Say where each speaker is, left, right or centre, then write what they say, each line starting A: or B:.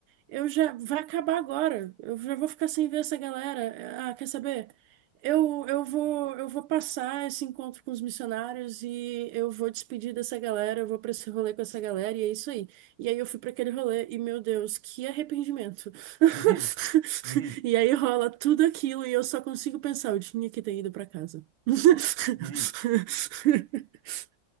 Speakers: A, on the right; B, on the right.
A: Eu já vai acabar agora. Eu já vou ficar sem ver essa galera. Ah, quer saber? Eu, eu vou eu vou passar esse encontro com os missionários e eu vou despedir dessa galera, eu vou pra esse rolê com essa galera e é isso aí. E aí eu fui pra aquele rolê e meu Deus, que arrependimento. <laughs>
B: uhum, uhum,
A: E aí rola tudo aquilo e eu só consigo pensar, eu tinha que ter ido pra casa. <laughs>
B: uhum.